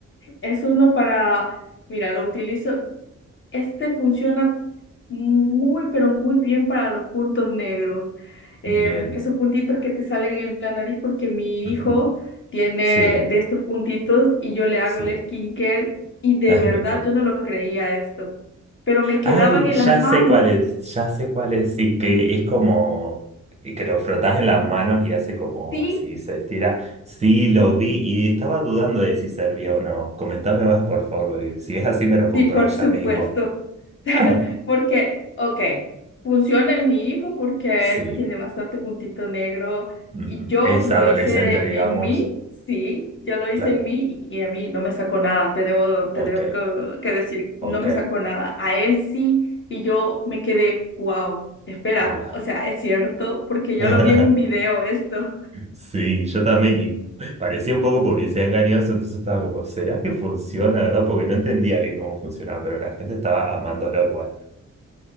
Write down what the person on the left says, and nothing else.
Es uno para, mira, lo utilizo, este funciona muy, pero muy bien para los puntos negros. Em,
esos puntitos que te salen en la nariz porque mi
hijo tiene
de estos puntitos y yo le hago
el skincare y de
verdad
yo no lo creía esto, pero me quedaban
en
las manos.
Sí,
sí, por
supuesto.
Porque, ok, funciona en mi hijo porque
él tiene bastante puntito negro
y yo
lo
hice
en mí, sí, yo lo hice
en mí y a mí no me sacó nada, te debo,
te debo que que decir,
no me sacó nada, a él sí y yo me quedé, wow, espera,
o sea, es cierto porque yo
lo vi en un video esto.